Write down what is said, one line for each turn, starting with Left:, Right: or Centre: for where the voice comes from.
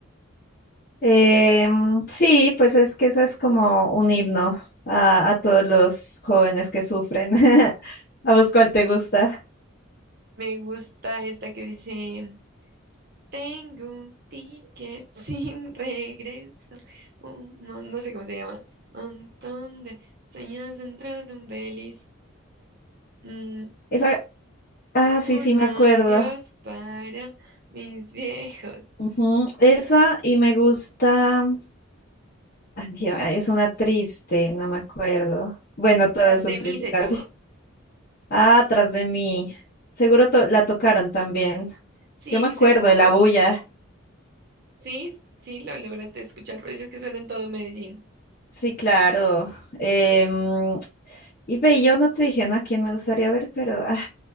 Left: Em, sí, pues es que esa es como un himno a, a todos los jóvenes que sufren. <laughs> ¿A vos cuál te gusta?
Right: Me gusta esta que dice. Tengo un ticket sin <laughs> regreso. Un, mon- no sé cómo se llama. Montón de sueños dentro de un belis. Mm,
Left: Esa,
Right: u-
Left: ah, sí,
Right: un
Left: sí, me
Right: adiós
Left: acuerdo.
Right: para mis viejos.
Left: Ujú, Esa y me gusta, ay, yo- es una triste, no me acuerdo. Bueno, todas
Right: Tras
Left: son
Right: de
Left: tristes.
Right: mí se llama.
Left: <laughs> Ah, atrás de mí. Seguro to- la tocaron también.
Right: Sí,
Left: Yo me acuerdo
Right: seguro.
Left: de la bulla.
Right: Sí, sí, lo lograste escuchar, pero es que suena en todo Medellín.
Left: Sí, claro. Em, y ve, yo no te dije, ¿no? A quién me gustaría ver, pero ah,